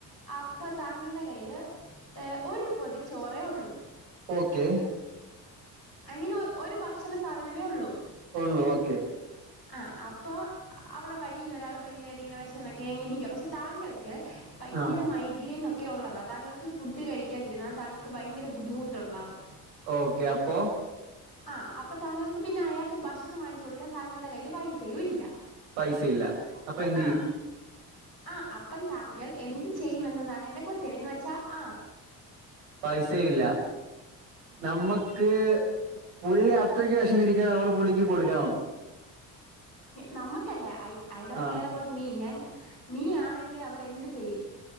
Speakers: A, on the left (about 85°); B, on the right (about 65°).
A: അപ്പൊ താങ്കളുടെ കൈയിൽ ഒരു പൊതിചോറേ ഉള്ളൂ
B: ഓക്കെ
A: ഐ മീൻ ഒരു ഭക്ഷണ സാധനമേ ഉള്ളൂ
B: ഉള്ളു ഓക്കെ
A: ആ അപ്പൊ അവിടെ വഴിയിൽ ഒരാൾ ഭയങ്കരമായിട്ട് ഇങ്ങനെ വിശന്നൊക്കെ ഇരിക്ക പക്ഷെ താങ്കൾ ഭയങ്കര
B: ആഹ്
A: മൈഗ്രെൻ ഒക്കെ ഉള്ളതാണ് താങ്കൾക്ക് ഫുഡ് കഴിക്കാതിരുന്നാൽ താങ്കൾക്ക് ഭയങ്കര ബദ്ധിമുട്ടുണ്ടാവും
B: ഓക്കെ അപ്പൊ
A: ആ അപ്പൊ താങ്കൾക്ക് പിന്നെ അയാൾക്ക് ഭക്ഷണം വാങ്ങിച്ചു കൊടുക്കാൻ താങ്കളുടെ കയ്യിൽ പൈസയും ഇല്ല
B: പൈസയില്ല അപ്പൊ എന്ത് ചെയ്യും
A: ആ ആ അപ്പം താങ്കൾ എന്ത് ചെയ്യുമെന്നതാണ് എൻ്റെ ക്വസ്റ്റ്യൻ എന്നന്ന് വെച്ചാ ആ
B: പൈസയില്ല നമ്മൾക്ക് പുള്ളി അത്രക്ക് വിശന്നിരിക്കാ നമ്മൾ പുള്ളിക്ക് കൊടുക്കണം
A: നമുക്കല്ലേ I I don't
B: ah
A: care about me ഞാൻ നീ ആണെങ്കിൽ അവിടെ എന്ത് ചെയ്യും